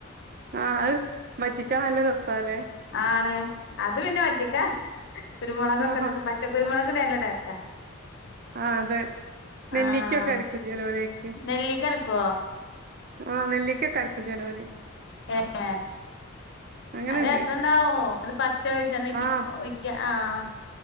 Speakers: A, on the right; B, on the left.
A: ആഹ് അയ് വറ്റിച്ചാ നല്ല രസാലേ.
B: ആണ് അത് പിന്നെ വറ്റിക്കാ കുരുമൊളകൊക്കെ
A: ആഹാ
B: ഇട്ട്ട്ട് പച്ചക്കരുമൊളക് നല്ല ടേസ്റ്റാ.
A: ആഹ് അതെ നെല്ലിക്കൊക്കെരക്കു
B: ആഹ്
A: ചെലോരയ്ക്ക്.
B: നെല്ലിക്ക അരക്കുവോ
A: ആഹ് നെല്ലിക്കൊക്കരക്കും ചെലോര്.
B: ഏഹ്.
A: അങ്ങനെണ്ട്
B: ആഹ് രസണ്ടാവൂ ന്നട്ട് പച്ചവെളിച്ചെണ്ണ ഉറ്റി,
A: ആഹ്
B: ഒഴിക്കാ ആഹ്.